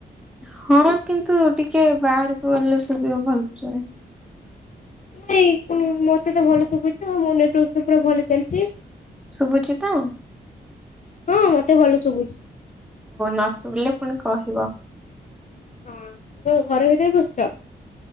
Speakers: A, in the centre; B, on the left.
A: ହଁ କିନ୍ତୁ ଟିକେ ବାହାରକୁ ଗଲେ ସବେ ଭଲସେ।
B: ନାଇଁ ମତେ ତ ଭଲ ଶୁଭୁଛି ମୋ ନେଟାର୍କ ପୁରା ଭଲ ଚାଲିଛି।
A: ଶୁଭୁଛି ତ ହଉ
B: ହଁ ମତେ ଭଲ ଶୁଭୁଛି
A: ନ ଶୁଭିଲେ ପୁଣି କହିବ,
B: ହଁ ଘର ଭିତରେ ବସିଛ?